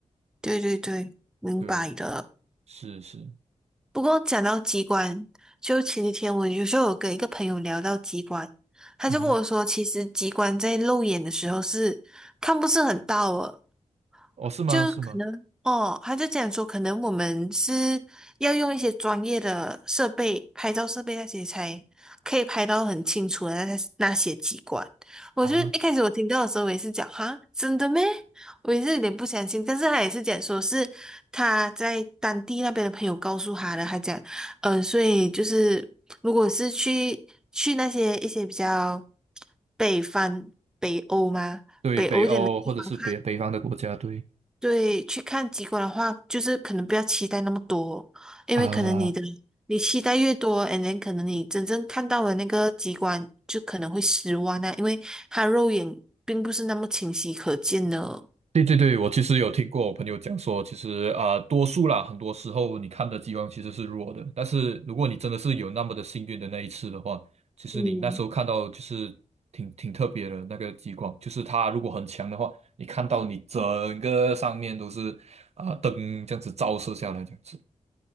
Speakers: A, in the centre; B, on the right.
A: 对对对，明白的。
B: 对，是是，
A: 不过讲到机关，就前几天我有时候有跟一个朋友聊到机关，他就跟我说，
B: 嗯哼
A: 其实机关在肉眼的时候是看不是很到的，
B: 哦，是吗？
A: 就可能哦，
B: 是吗？
A: 他就讲说，可能我们是要用一些专业的设备，拍照设备那些才可以拍到很清楚的那些那些机关。我就一开始我听到的时候，
B: 啊，
A: 我也是讲哈，真的咩？我也是有点不相信，但是他也是讲说是他在当地那边的朋友告诉他的，他讲，嗯、呃所以就是如果是去去那些一些比较北方北欧吗？
B: 对，
A: 北欧一点的地方。
B: 北欧或者是北北方的国家，对
A: 对，去看极光的话，就是可能不要期待那么多，因为可能你的你期待越多
B: 啊，
A: a n 可能你真正看到的那个极光就可能会失望啊，因为它肉眼并不是那么清晰可见的。
B: 对对对，我其实有听过我朋友讲说，其实啊，多数啦，很多时候你看的激光其实是弱的，但是如果你真的是有那么的幸运的那一次的话，其实你那时候看到就是挺挺特别的那个激光，
A: 嗯，
B: 就是它如果很强的话，你看到你整个上面都是啊灯这样子照射下来这样子，